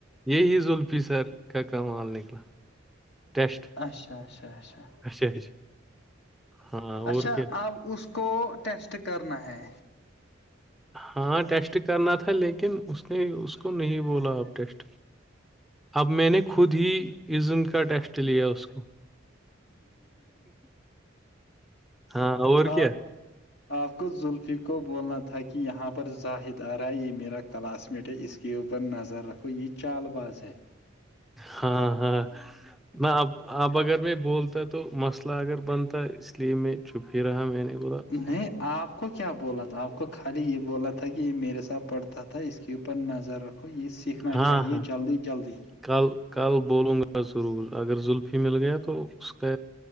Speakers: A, in the centre; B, on the left.
A: یہی ز الفی سر کا کا مال نکلا ٹیسٹ
B: اچھا اچھا اچھا
A: اچھا اچھا ہاں
B: اچھا
A: اور کیا
B: اب اس کو ٹیسٹ کرنا ہے
A: ہاں ٹیسٹ کرنا تھا لیکن اس نے اس کو نہیں بولا آب ٹیسٹ اب میں نے خود ہی عزن کا ٹیسٹ لیا اس کو ہاں اور
B: آپ
A: کیا
B: آپ کو زلفی کو بولنا تھا کہ یہاں پر ظاہد آ رہا ہے یہ میرا کلاس میٹ ہے اس کے اوپر نظر رکھو یہ چال باز ہے
A: ہاں ہاں نہ اب اب اگر میں بولتا تو مسئلہ اگر بنتا ہے اس لیے میں چپ ہی رہا میں نہیں بولا اس سے
B: نہیں آپ کو کیا بولا تھا آپ کو خالی یہ بولا تھا کہ یہ میرے ساتھ پڑھتا تھا اس کے اوپر نظر رکھو یہ سیکھنا
A: ہاں
B: چاہیے
A: ہاں
B: جلدی جلدی
A: کل کل بولوں گا ضرور اگر زلفی مل گیا تو اس کا